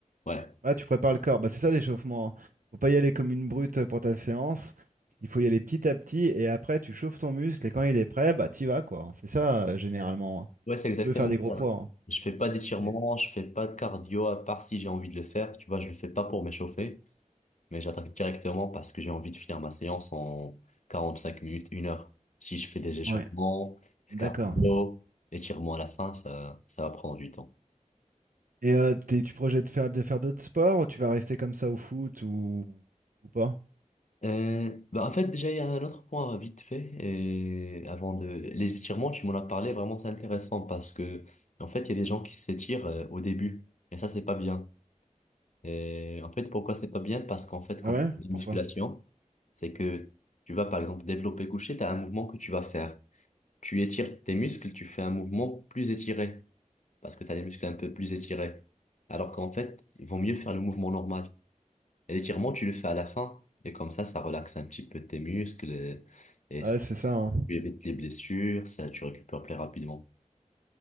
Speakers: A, on the left (about 60°); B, on the right (about 90°).
A: Ouais,
B: Ah, tu prépares le corps. Bah, c'est ça l'échauffement. hein. Faut pas y aller comme une brute pour ta séance. Il faut y aller petit à petit et après tu chauffes ton muscle et quand il est prêt, bah t'y vas quoi. hein. C'est ça euh, généralement. hein.
A: ouais, c'est
B: Tu
A: exactement
B: peux faire des gros
A: ça.
B: Ouais. poids. hein.
A: Je fais pas d'étirements,
B: C'est-
A: je fais pas de cardio à part si j'ai envie de le faire. Tu vois, je le fais pas pour m'échauffer, mais j'attaque directement parce que j'ai envie de finir ma séance en 45 minutes, une heure. Si je fais des échauffements,
B: Ouais, d'accord.
A: cardio, étirements à la fin, ça, ça va prendre du temps.
B: Et euh, t'es- tu projettes de faire, de faire d'autres sports ou tu vas rester comme ça au foot ou, ou pas?
A: Euh, bah en fait, déjà, il y a un autre point vite fait. Et avant de... Les étirements, tu m'en as parlé, vraiment, c'est intéressant parce que, en fait, il y a des gens qui s'étirent euh, au début. Et ça, c'est pas bien. Et en fait, pourquoi c'est pas bien? Parce qu'en fait, quand
B: Ah ouais?
A: tu fais une
B: Pourquoi?
A: musculation, c'est que tu vas, par exemple, développer couché, tu as un mouvement que tu vas faire. Tu étires tes muscles, tu fais un mouvement plus étiré parce que tu as les muscles un peu plus étirés. Alors qu'en fait, il vaut mieux faire le mouvement normal. Et L'étirement, tu le fais à la fin. Et comme ça, ça relaxe un petit peu tes muscles et, et
B: Ouais,
A: ça-
B: c'est ça. hein.
A: tu évites les blessures, ça, tu récupères plus rapidement.